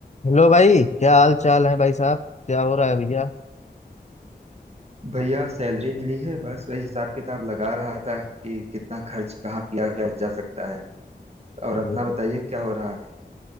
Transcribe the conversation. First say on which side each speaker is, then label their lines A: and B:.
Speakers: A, on the left; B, on the right.
A: हेलो भाई क्या हाल चाल है भाई साहब क्या हो रहा है भैया
B: भैया सैलरी मिली है बस वही हिसाब किताब लगा रहा था कि कितना खर्च कहाँ किया गया जा सकता है और
A: अरे,
B: अपना बताइए क्या हो रहा है